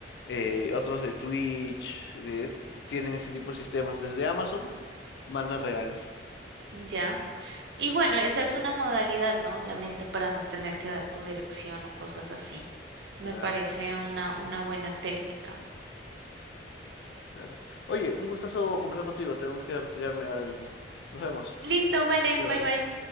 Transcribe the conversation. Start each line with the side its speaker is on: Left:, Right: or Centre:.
Left: eh, otros de Twitch, de- tienen ese tipo de sistemas. Desde Amazon mandan regalos.
Right: ya. Y bueno, esa es una modalidad, ¿no? Obviamente para no tener que dar tu dirección o cosas así. Me
Left: Claro,
Right: parece una, una buena técnica.
Left: claro. Oye, un gustazo conversar contigo. Tengo que retirarme ahora mismo. Nos vemos.
Right: Listo, vale,
Left: Bye
Right: bye
Left: bye.
Right: bye.